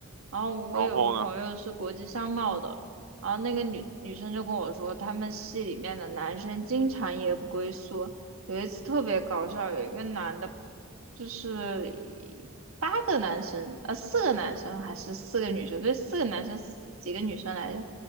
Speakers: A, on the right; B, on the right.
A: 然后我有个朋友是国际商贸的，
B: 然后呢？
A: 然后那个女女生就跟我说，他们系里面的男生经常夜不归宿。有一次特别搞笑，有一个男的，就是八个男生，呃，四个男生还是四个女生？对，四个男生，几个女生来着？